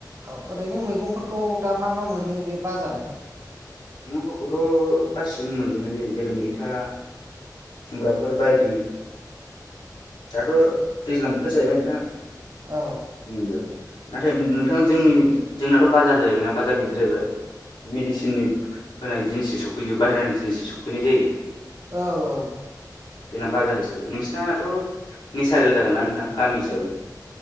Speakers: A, on the right; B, on the left.
A: औ ओरैनो मैगंफोरखौ दा मा मा मोनो बे बाजाराव
B: मैगंफोरखौथ गासिबो मोनजोबनाय जायो जेरै मैथा खुमब्राफोर बायदि दाथ' दैज्लां बोथोर जाहैबाय नोंथां
A: औ
B: मोनज नाथाय नोंथां जोंनि जोंनाथ' बाजार जाहैबाय ना बाजार गिदिर जाहैबाय। मेडिसिननि होनाय जिनिसो सफैयो बाहहेरानि जिनिसो सफैनाय जायो।
A: औ औ।
B: जोंना बाजार हिसाबै नोंसिनाथ' नेसारेल जागोनना नोंथां गामि हिसाबै।